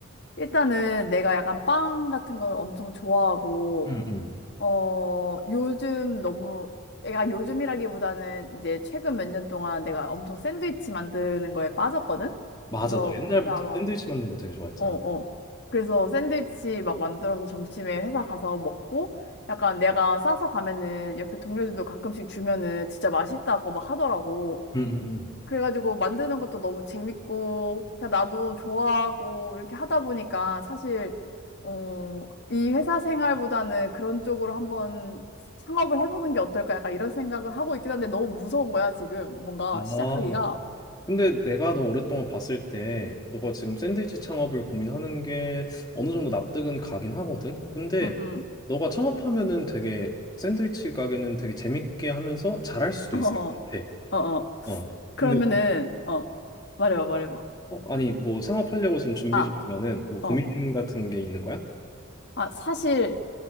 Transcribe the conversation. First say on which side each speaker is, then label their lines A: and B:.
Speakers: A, on the left; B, on the left.
A: 일단은 내가 약간 빵 같은 걸 엄청 좋아하고,
B: 응, 응.
A: 어, 요즘 너무, 애가 요즘이라기보다는 이제 최근 몇 년 동안 내가 엄청 샌드위치 만드는 거에 빠졌거든?
B: 맞아,
A: 그래서,
B: 너 옛날부터
A: 나 막,
B: 샌드위치 만든 거 되게 좋아했잖아.
A: 어, 어. 그래서 샌드위치 막 만들어서 점심에 회사 가서 먹고, 약간 내가 싸서 가면은 옆에 동료들도 가끔씩 주면은 진짜 맛있다고 막 하더라고.
B: 응, 응,
A: 그래가지고 만드는 것도 너무 재밌고, 그냥 나도 좋아하고, 이렇게 하다 보니까 사실, 어, 이 회사 생활보다는 그런 쪽으로 한번 창업을 해보는 게 어떨까? 약간 이런 생각을 하고 있긴 한데 너무 무서운 거야, 지금. 뭔가
B: 응.
A: 시작하기가.
B: 아, 근데 내가 너 오랫동안 봤을 때 너가 지금 샌드위치 창업을 고민하는 게 어느 정도 납득은 가긴 하거든. 근데
A: 응응
B: 너가 창업하면은 되게 샌드위치 가게는 되게 재밌게 하면서 잘할 수도
A: 어,
B: 있을
A: <laughs> 어,
B: 것 같아.
A: 어. 어.
B: 어. 근데
A: 그러면은, 어, 말해봐, 말해봐.
B: 어, 아니 뭐 창업하려고 지금 준비
A: 아,
B: 중이면은 뭐 고민
A: 어.
B: 같은 게 있는 거야?
A: 아, 사실